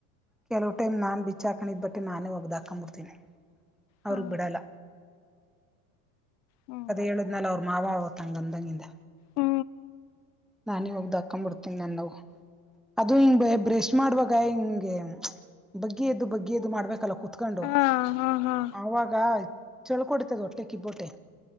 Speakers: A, in the centre; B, on the left.
A: ಕೆಲವು ಟೈಮ ನಾನ್ ಬಿ ಚಾಕನದ್ ಬಟ್ಟೆ ನಾನೇ ಒಗ್ದ ಹಾಕೊಂಬಡ್ತನಿ.
B: ಹಾ
A: ಅವ್ರಗ್ ಬಿಡಲ್ಲ.
B: ಹ್ಮ್
A: ಅದ ಹೇಳದ್ ನಲ್ ಅವ್ರ. ಮಾವ ಅವತ್ತಂಗಂದಗಿಂದ.
B: ಹ್ಮ್
A: ನಾನಿ ಇವಾಗಿದ ಇದ ಹಾಕ್ ಬಿಡ್ತೀನ ನನ್ನ ಅದು ಹಿಂಗ್ ಬ್ರಷ್ ಮಾಡುವಾಗ ಹಿಂಗೆ ಬಗ್ಗಿ ಎದ್ದು ಬಗ್ಗಿ ಎದ್ದು ಮಾಡ್ಬೇಕಲ್ಲ ಕೂ ಕತ್ಕೊಂಡು
B: ಹಾ ಹಾ ಹಾ
A: ಅವಾಗ. ಚೊಕ್ ಹೊಡಿತದೆ ಹೊಟ್ಟೆ ಕಿಬ್ಬೋಟ್ಟೆ.